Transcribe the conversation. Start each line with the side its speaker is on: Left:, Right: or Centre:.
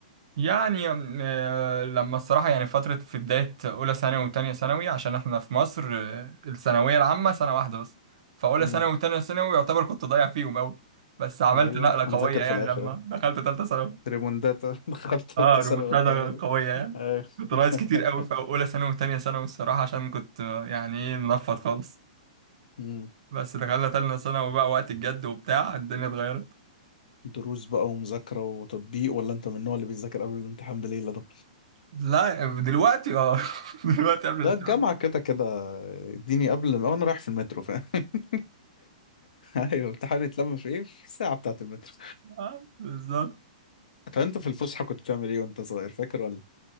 Right: يعني آه، لما الصراحة يعني فترة في بداية أولى ثانوي وتانية ثانوي عشان إحنا في مصر آه، الثانوية العامة سنة واحدة بس فأولى
Left: امم
Right: ثانوي وتانية ثانوي يعتبر كنت ضايع فيهم أوي بس عملت
Left: ايوه
Right: نقلة
Left: هنذاكر
Right: قوية يعني
Left: في الاخر
Right: لما دخلت تالتة ثانوي
Left: ريمونداتا <laughs> دخلت ثالثة
Right: اه ريمونتادا
Left: ثانوي قلت هي دي
Right: قوية يعني
Left: أيوة.
Right: كنت ناقص
Left: <laughs>
Right: كتير أوي في أولى ثانوي وتانية ثانوي الصراحة عشان كنت آه، يعني إيه منفض خالص
Left: مم.
Right: بس دخلنا تالتة ثانوي بقى وقت الجد وبتاع الدنيا اتغيرت
Left: دروس بقى ومذاكرة وتطبيق ولا انت من النوع اللي بيذاكر قبل الامتحان بليلة ده
Right: لا دلوقتي اه <laughs> دلوقتي قبل الامتحان
Left: ده الجامعة كده كده اديني قبل ما انا رايح في المترو فاهم <laughs> ايوه امتحان اتلم في ايه في الساعة بتاعة المترو
Right: آه، بالظبط
Left: طب انت في الفسحة كنت بتعمل ايه وانت صغير فاكر ولا